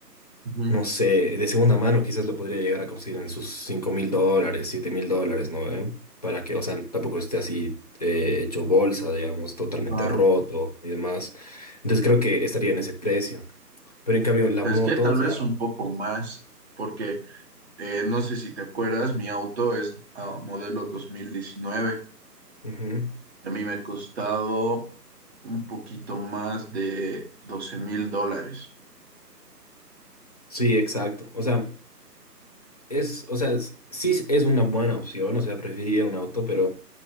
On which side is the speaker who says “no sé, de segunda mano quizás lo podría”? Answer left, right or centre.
Left